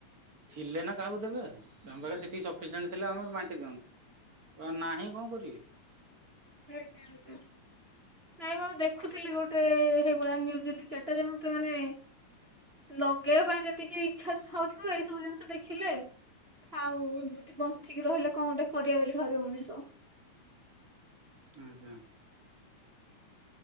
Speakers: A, on the right; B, on the right.
A: ଥିଲେ ନା କାହାକୁ ଦେବେ। ତମ ପାଖରେ ସେତିକି ସଫିସିଣ୍ଟ ଥିଲେ ଆମେ ବାଣ୍ଟି ଦିଅନ୍ତୁ ଆ ନାହିଁ କଣ କରିବେ।
B: <unintelligible> ନାଇଁ ଆଉ ମୁ ଦେଖୁଥିଲି ଗୋଟେ ଏଇଭଳିଆ ନିୟୁଜ୍ ଦି ଚାରିଟା। ଯେ ମତେ ମାନେ ଲଗେଇବା ପାଇଁ ଯେତିକି ଇଚ୍ଛା ଥା ହଉଥିବ। ଏଇ ସବୁ ଜିନିଷ ଦେଖିଲେ ଆଉ ବଞ୍ଚିକି ରହିଲେ କଣ ଗୋଟେ କରିବା ବୋଲି ଭାବିବ ମଣିଷ।
A: ହୁଁ ହୁଁ।